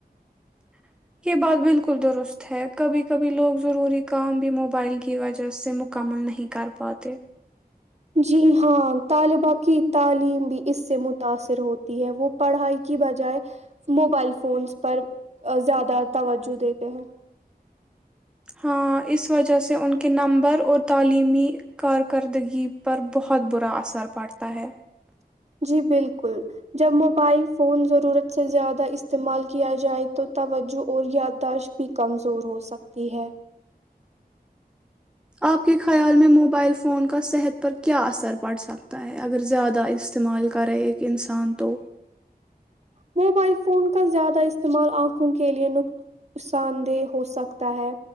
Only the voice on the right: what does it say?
جی ہاں طالبا کی تعلیم بھی اس سے متاثر ہوتی ہے وہ پڑھائی کی بجائے موبائل فونس پر زیادہ توجہ دیتے ہیں
جی بالکل جب موبائل فون ضرورت سے زیادہ استعمال کیا جائے تو توجہ اور یادداشت بھی کمزور ہو سکتی ہے
موبائل فون کا زیادہ استعمال آنکھوں کےلئے نقصان دہ ہوسکتا ہے